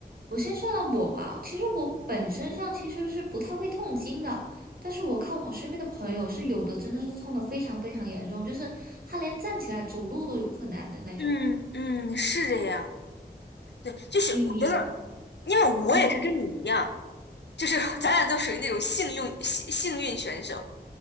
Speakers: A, on the right (about 60°); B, on the left (about 85°).
A: 我先说了我吧，其实我本身上其实是不太会痛经的，但是我看我身边的朋友是有的真的是痛的非常非常严重，就是他连站起来走路都有困难的那种。
B: 嗯嗯，是这样。对，就是我觉得，
A: 你，
B: 因为我也是跟你一样，
A: 嗯哼，
B: 就是 <laughs> 咱俩都属于那种幸运幸幸运选手，